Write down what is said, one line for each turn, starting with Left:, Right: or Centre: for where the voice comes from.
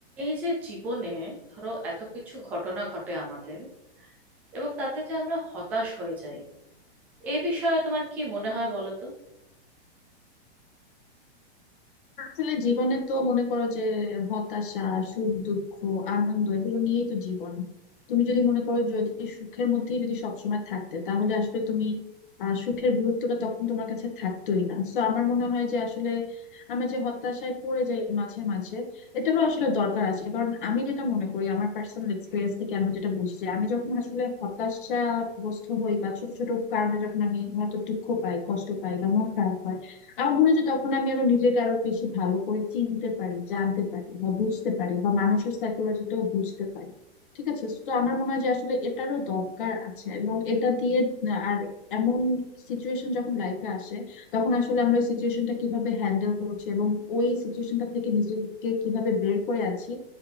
Centre: এই যে জীবনে ধরো এত কিছু ঘটনা ঘটে আমাদের এবং তাতে যে আমরা হতাশ হয়ে যাই এ বিষয়ে তোমার কি মনে হয় বলো তো
Left: আসলে জীবনে তো মনে করো যে হতাশা সুখ দুঃখ আনন্দ এগুলো নিয়েই তো জীবন তুমি যদি মনে করো যদি সুখের মধ্যেই যদি সবসময় থাকতে তাহলে আসলে তুমি আহ, সুখের গুরুত্বটা তখন তোমার কাছে থাকতোই না তো আমার মনে হয় যে আসলে আমরা যে হতাশায় পড়ে যাই মাঝে মাঝে এটারও আসলে দরকার আছে কারণ আমি যেটা মনে করি আমার পার্সোনাল এক্সপিরিয়েন্স থেকে আমি যেটা বুঝছি আমি যখন আসলে হতাশাগ্রস্ত হই বা ছোট ছোট কারণে যখন আমি হয়তো দুঃখ পাই কষ্ট পাই বা মন খারাপ হয় আমার মনে হয় যে তখন আমি আরো নিজেকে আরো বেশি ভালো করে চিনতে পারি জানতে পারি বা বুঝতে পারি বা মানুষের সাইকোলজিটাও বুঝতে পারি ঠিক আছে তো আমার মনে হয় যে আসলে এটারও দরকার আছে এবং এটা দিয়ে না- আর এমন সিচুয়েশন যখন লাইফে আসে তখন আসলে আমরা ওই সিচুয়েশনটা কিভাবে হ্যান্ডেল করছি এবং ওই সিচুয়েশনটা থেকে নিজেকে কিভাবে বের করে আনছি